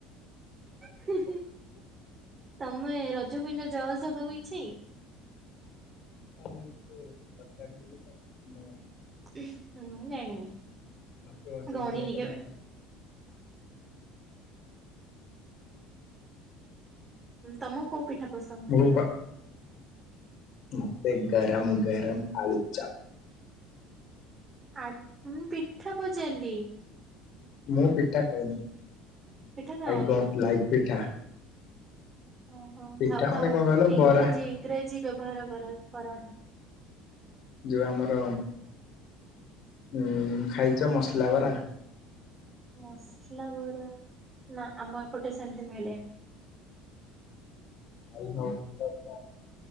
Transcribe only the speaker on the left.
ଆ ନାଇ ସେ ପଚାରିଥିଲେ ଯେ ସାଙ୍ଗମାନେ।
ମତେ ବସେଇ
ଥିଲେ ହେଲେ
ମୁଁ
ମୁଁ ପ ମତେ ଗରମ ଗରମ ଆଳୁଚପ।
ମୁଁ ପିଠା ଖାଉନି
ଆଇ ଡୋଣ୍ଟ ଲାଇକ ପିଠା।
ପିଠା
ମାନେ କଣ କହିଲ
ବରା
ଯୋଉଁ ଆମର ହୁଁ ଖାଇଚ ମସଲା ବରା।
<inaudible>